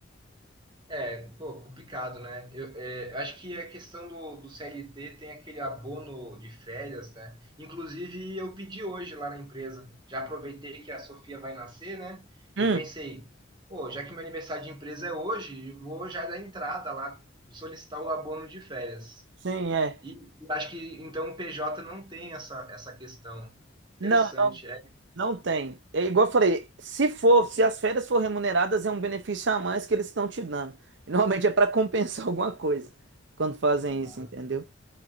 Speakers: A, on the right; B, on the right.
A: É, pô, complicado, né? Eu, é, eu acho que a questão do, do CLT tem aquele abono de férias, né? Inclusive, eu pedi hoje lá na empresa. Já aproveitei que a Sofia vai nascer, né? Eu
B: Hum,
A: pensei, pô, já que meu aniversário de empresa é hoje, eu vou já dar entrada lá, solicitar o abono de férias.
B: sim, é.
A: E eu acho que, então, o PJ não tem essa, essa questão. Interessante,
B: Não, Não tem. É igual eu falei, se for, se as férias for remuneradas, é um benefício a mais que eles estão te dando. E, Normalmente é para compensar <laughs> alguma coisa quando fazem
A: é.
B: isso, entendeu?